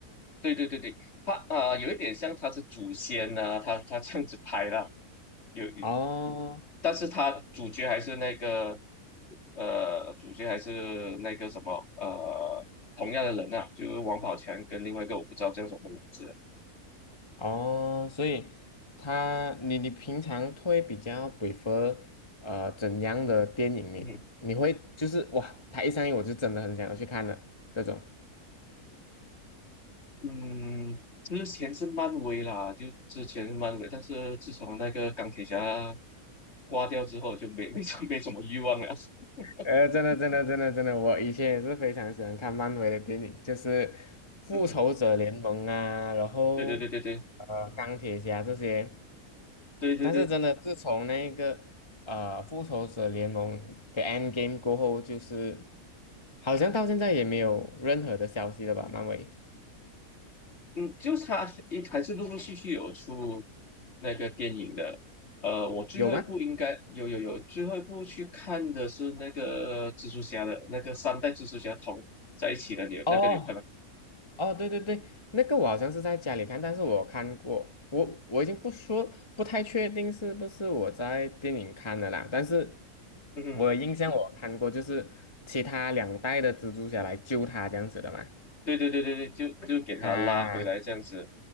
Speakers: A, on the left; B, on the left.
A: 对对对对，它啊、呃有一点像它是祖先啊，它它这样子拍啦，有
B: 哦
A: 但是他主角还是那个，呃，主角还是那个什么，呃，同样的人啊，就是王宝强跟另外一个我不知道叫什么名字，
B: 哦，所以他你你平常会比较 prefer 呃怎样的电影呢？
A: 嗯
B: 你会就是哇，他一上映我就真的很想要去看了这种，
A: 嗯，之前是漫威啦，就之前是漫威，但是自从那个钢铁侠挂掉之后，就没没什么没什么欲望了。<laughs>
B: 哎，真的，真的，真的，真的，我以前也是非常喜欢看漫威的电影，就是《复仇者联盟》啊，
A: 嗯，
B: 然后呃，
A: 对对对对对
B: 钢铁侠这些。
A: 对对对
B: 但是真的，自从那个呃《复仇者联盟》的 Endgame 过后，就是好像到现在也没有任何的消息了吧？漫威
A: 嗯，就是他一还是陆陆续续有出那个电影的。呃，我最后一部应该有有有，
B: 有吗？
A: 最后一部去看的是那个蜘蛛侠的那个三代蜘蛛侠同在一起的，你有那个你有看吗？
B: 哦，哦，对对对，那个我好像是在家里看，但是我看过，我我已经不说，不太确定是不是我在电影看的啦，但是
A: 嗯哼
B: 我有印象我嗯看过，就是其他两代的蜘蛛侠来救他这样子的嘛。
A: 对对对对对，就就给他拉回来这样子，
B: 啊，